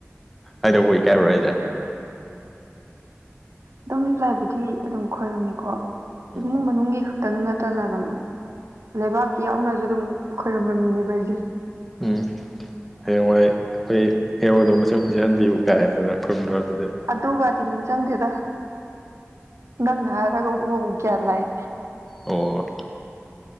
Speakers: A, in the centre; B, on the right.
A: ꯍꯥꯏꯗꯣꯛꯄꯥ ꯏꯀꯥꯏꯕꯔꯣ ꯍꯥꯢꯁꯦ
B: <unintelligible> ꯑꯗꯨꯝ ꯂꯥꯏꯕꯨꯗꯤ ꯑꯗꯨꯝ ꯈꯣꯏꯔꯝꯃꯤꯀꯣ
A: ꯎꯝ
B: ꯏꯃꯨꯡ ꯃꯅꯨꯡꯒꯤ ꯈꯤꯇꯪ ꯅꯠꯇꯅ ꯑꯗꯨꯝ ꯂꯩꯕꯥꯛꯀꯤ ꯌꯥꯎꯅꯁꯨ ꯑꯗꯨꯝ ꯈꯣꯏꯔꯝꯕ ꯃꯤꯅꯦꯕ ꯑꯩꯁꯦ
A: ꯎꯝ ꯍꯌꯦꯡꯋꯥꯏ ꯑꯩꯈꯣꯏ ꯍꯦꯔꯣꯗꯣ ꯃꯁꯛ ꯐꯖꯍꯟꯕꯤꯌꯨ ꯀꯥꯏꯗꯅ ꯈꯨꯔꯨꯝꯗꯔꯥ ꯑꯗꯨꯗꯤ
B: ꯑꯗꯨꯒꯗꯤ ꯅꯤꯡꯁꯤꯡꯗꯦꯗ ꯅꯪꯅ ꯍꯥꯏꯔꯒꯕꯨꯕꯨ ꯒ꯭ꯌꯥꯟ ꯂꯥꯛꯑꯦ
A: ꯑꯣ